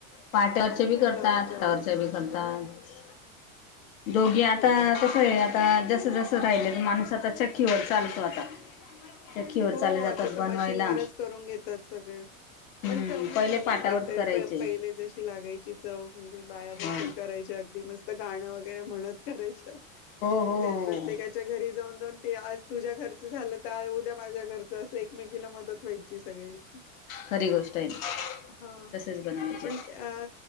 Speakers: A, on the left (about 80°); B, on the left (about 45°).
A: पाटवरच्या बी करतात,
B: गव्हाच्या
A: हातावरच्या
B: वगैरे.
A: बी करतात, दोघी आता
B: हो का?
A: कसं आहे, आता जसं जसं राहिले, तर माणूस आता चक्कीवर चालतो आता, चक्कीवर
B: हो
A: चालले जातात
B: आता तर
A: बनवायला
B: मशीनवरच, करून घेतात सगळे,
A: हम्म
B: पण चव नाही
A: पहिले
B: लागत
A: पाटावर
B: ताई,
A: करायचे
B: प पहिले जशी लागायची, च म्हणजे बाया बसून,
A: हो
B: करायच्या अगदी मस्त गाणं वगैरे म्हणत करायचं.
A: हो हो
B: प्रत्येकाच्या घरी जाऊन, जाऊन ते आज तुझ्या घरच झालं तर उद्या माझ्या घरच असं, एकमेकीला मदत व्हायची सगळी,
A: खरी गोष्ट आहे
B: हा
A: तसेच बनवायचे
B: पण अ,